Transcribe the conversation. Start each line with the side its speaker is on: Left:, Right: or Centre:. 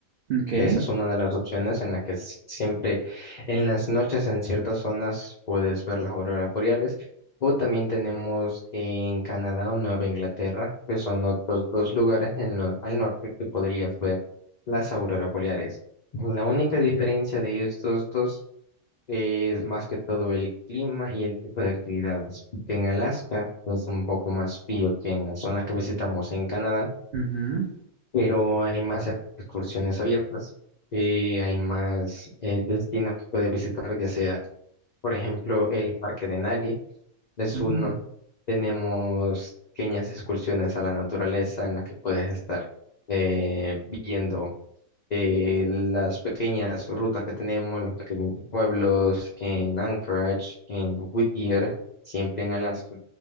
Right: ok.
Left: Esa es una de las opciones en la que s- siempre en las noches en ciertas zonas puedes ver las auroras boreales. O también tenemos en Canadá o Nueva Inglaterra, que son otros dos lugares en lo- al norte que podrías ver las auroras boreales. La única diferencia de estos dos es más que todo el clima y el tipo de actividades. porque En Alaska es un poco más frío que en la zona que visitamos en Canadá,
Right: ujú,
Left: pero hay más excursiones abiertas y hay más eh, destinos que puedes visitar, ya sea, por ejemplo, el Parque de Denali, es
Right: mm,
Left: uno. Tenemos pequeñas excursiones a la naturaleza en las que puedes estar eh, viendo eh, las pequeñas rutas que tenemos, los pequeños pueblos en Anchorage, en Whittier, siempre en Alaska.